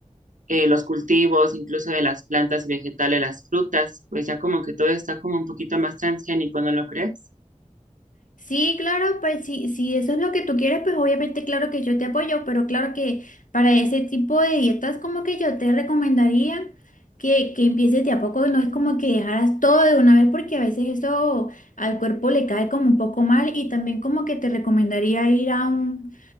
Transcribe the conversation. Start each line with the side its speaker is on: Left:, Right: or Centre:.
Right: eh, los cultivos, incluso de las plantas y vegetales, las frutas, pues ya como que todo está como un poquito más transgénico, ¿no lo crees?
Left: Sí, claro, pues sí, si eso es lo que tú quieres, pues obviamente claro que yo te apoyo, pero claro que para ese tipo de dietas como que yo te recomendaría que, que empieces de a poco, no es como que dejaras todo de una vez porque a veces eso al cuerpo le cae como un poco mal y también como que te recomendaría ir a un